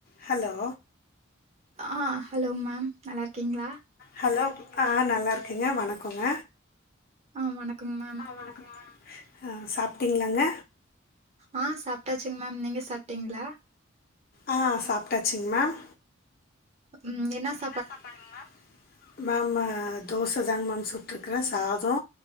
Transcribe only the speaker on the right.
ஆஹ் hello ma'am நல்லா இருக்கீங்ளா
ஆ வணக்கங்க மேம்.
ஆஹ் சாப்டாச்சுங்க மேம் நீங்க சாப்டீங்களா
உம் என்ன ச